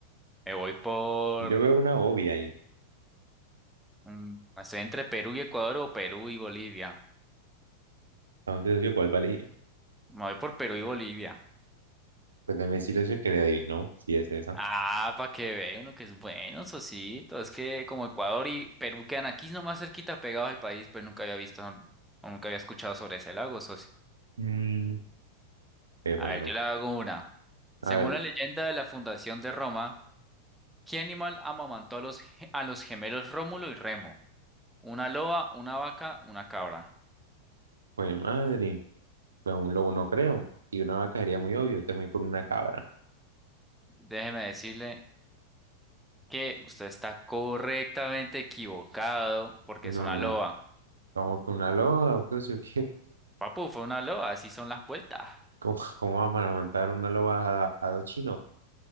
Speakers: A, in the centre; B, on the right (about 70°).
A: me voy por...
B: Yo veo una obvia ahí.
A: Mm, Estoy entre Perú y Ecuador o Perú y Bolivia.
B: Entonces, yo, ¿cuál va a elegir?
A: Me voy por Perú y Bolivia.
B: Pues déjame decirle eso que le adivinó, si es esa.
A: Ah, para que vea uno que es bueno, Sosito. Es que como Ecuador y Perú quedan aquí nomás cerquita pegados al país, pero nunca había visto o nunca había escuchado sobre ese lago, socio.
B: Mm, qué bueno.
A: A ver, yo le hago una. Según
B: Hágale.
A: la leyenda de la fundación de Roma, ¿qué animal amamantó a los, ge- a los gemelos Rómulo y Remo? ¿Una loba, una vaca, una cabra?
B: Pues madre, pues un lobo no creo. Y una vaca sería muy obvio, entonces me voy por una cabra.
A: Déjeme decirle que usted está correctamente equivocado porque
B: No,
A: es una Mm. loba.
B: vamos con una loba, entonces, <laughs> ¿qué?
A: Papu, fue una loba, así son las vueltas.
B: ¿Cómo, cómo vamos a montar una loba a, a dos chinos?